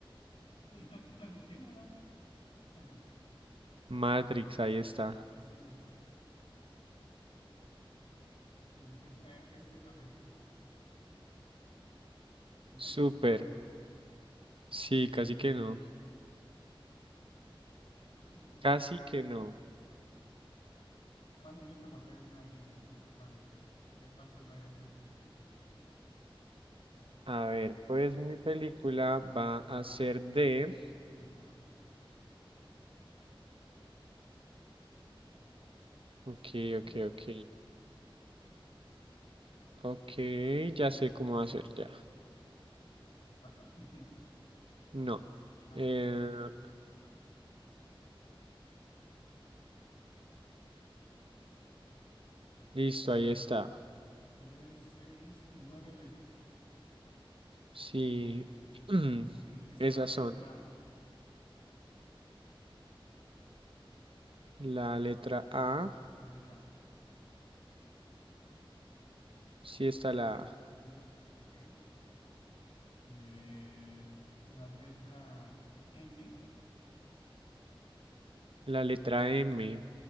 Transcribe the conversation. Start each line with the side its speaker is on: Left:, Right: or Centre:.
Left: Sí, la dije nada más. <laughs>
Right: Matrix, ahí está.
Left: Así es. Entonces, esta, esta es la película. ¿Qué te
Right: Súper.
Left: costó trabajo, eh?
Right: Sí, casi que no.
Left: Mm,
Right: Casi que no.
Left: Bueno, ya te borré unas líneas, no sé cuál, de cuántas vaya a ser tu película.
Right: A ver, pues mi película va a ser de...
Left: Ajá.
Right: Ok,
Left: De,
Right: ok, ok. Ok, ya sé
Left: de-
Right: cómo hacer ya.
Left: de cuatro. <laughs>
Right: No.
Left: Ah,
Right: Eh, listo, ahí está.
Left: tres, seis, nueve letras.
Right: Sí.
Left: Ok.
Right: <clears throat>
Left: Eh, estará
Right: Esas
Left: la
Right: son.
Left: letra A,
Right: La letra A.
Left: la letra A,
Right: Sí está la A.
Left: sí, ok. Eh, la letra M,
Right: La letra M.